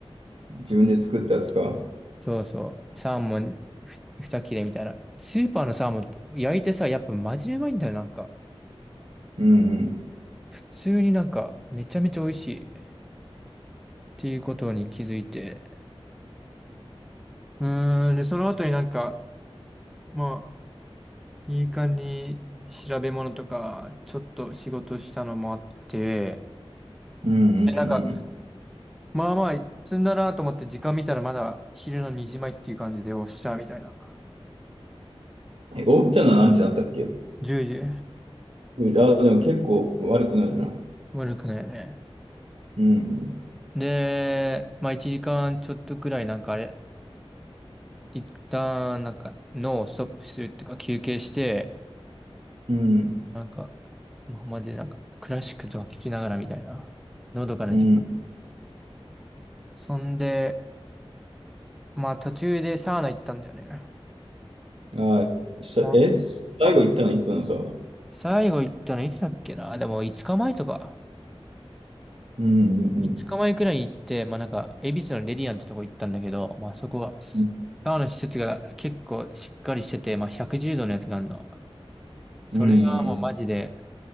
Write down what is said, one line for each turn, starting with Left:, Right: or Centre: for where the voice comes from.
Right: 自分で作ったやつか。
Centre: そうそう。サーモンふ、二切れみたいな。スーパーのサーモン焼いてさ、やっぱマジでうまいんだよ、なんか。
Right: うんうん。
Centre: 普通になんか、めちゃめちゃ美味しい。っていうことに気づいて。うーん、で、その後になんか、まあ、いい感じに調べ物とか、ちょっと仕事したのもあって、
Right: うんうん
Centre: で、なんか、まあまあ、積んだなと思って時間見たらまだ昼の2時前っていう感じでおっしゃ、みたいな。
Right: うん。え、起きたのは何時だったっけ
Centre: 10時。
Right: いや、でも結構悪くなるじゃん。
Centre: 悪くないよね。
Right: うん
Centre: で、まあ1時間ちょっとくらいなんかあれ、一旦、なんか、脳をストップするっていうか、休憩して、
Right: うん。
Centre: なんか、まあ、マジでなんか、クラシックとか聞きながらみたいな、のどかな時間。
Right: うん。うん
Centre: そんで、まあ、途中でサウナ行ったんだよね。
Right: あー、しえ、
Centre: まあ、
Right: 最後行ったのいつなのさ。
Centre: 最後行ったのいつだっけなでも、5日前とか、
Right: うんうん
Centre: 5日前くらいに行って、まあ、なんか、恵比寿のレディアンってとこ行ったんだけど、まあ、そこは、
Right: うん。
Centre: サウナ施設が結構しっかりしてて、まあ、110度のやつがあるの。それがもうマジで、
Right: うんうんうん。